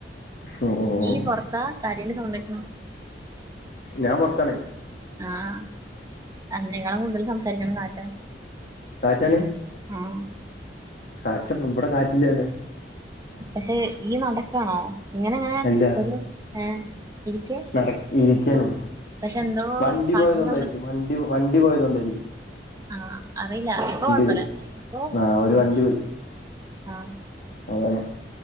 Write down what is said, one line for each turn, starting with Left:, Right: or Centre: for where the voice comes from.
Left: ഓ ഓ ഓ
Right: ഇയ്യ് പൊറത്താ കാറ്റിന്റെ സൗണ്ടേക്ക്ണു
Left: ഞാൻ പൊറത്താണ്.
Right: ആഹ് അന്നേക്കാളും കൂടുതലും സംസാരിക്കണേ കാറ്റാ
Left: കാറ്റാണ്
Right: ആ
Left: കാച്ച ഇബടെ കാറ്റില്ലാലോ
Right: പക്ഷെ ഇയ്യ് നടക്കാണോ ഇങ്ങനെ ഇങ്ങനെ
Left: അല്ല
Right: ഒരു ഏഹ് ഇരിക്കെ
Left: നട ഇരിക്കാണ്
Right: പക്ഷെ എന്തോ
Left: വണ്ടി
Right: കാറ്റിന്റെ
Left: പോയത് കൊണ്ടായിരിക്കും വണ്ടി വണ്ടി പോയത് കൊണ്ടായിരിക്കും
Right: ആഹ് അറില്ല ഇപ്പ കൊഴപ്പല്ല
Left: പോയി
Right: ഇപ്പൊ
Left: ആഹ് ഒരു
Right: നോർമലാ
Left: വണ്ടി പോയി
Right: ആഹ്
Left: അതാണ്